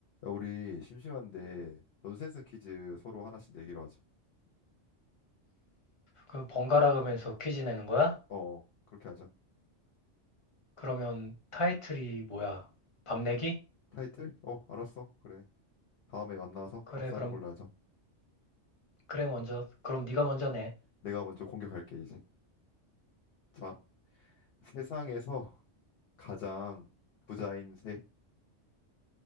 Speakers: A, on the left; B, on the left.
A: 야, 우리 심심한데 논센스 퀴즈 서로 하나씩 내기로 하자.
B: 그 번갈아 가면서 퀴즈 내는 거야?
A: 어, 어, 그렇게 하자.
B: 그러면 타이틀이 뭐야? 밤내기?
A: 타이틀? 어, 알았어. 그래. 다음에 만나서
B: 그래,
A: 밥 사는
B: 그럼,
A: 걸로 하자.
B: 그래, 먼저. 그럼 네가 먼저 내.
A: 내가 먼저 공격할게 이제. 자, 세상에서 가장 부자인 새.